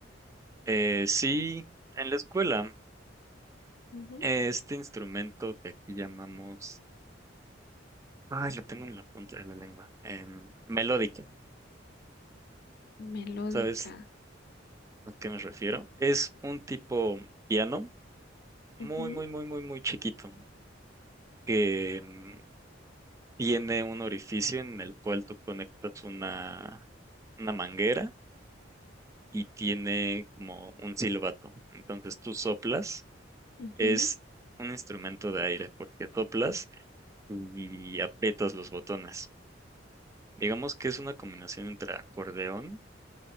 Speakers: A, on the right (about 15°); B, on the left (about 55°).
A: Eh, sí, en la escuela,
B: Ujú.
A: eh, este instrumento que aquí llamamos, ay, lo tengo en la punta de la lengua, em, melódica,
B: Melódica.
A: ¿sabes a qué me refiero? Es un tipo piano muy,
B: Ujú,
A: muy, muy, muy, muy chiquito que em, tiene un orificio en el cual tú conectas una, una manguera y tiene como un silbato. Entonces tú soplas,
B: ujú.
A: es un instrumento de aire porque soplas y aprietas los botones. Digamos que es una combinación entre acordeón,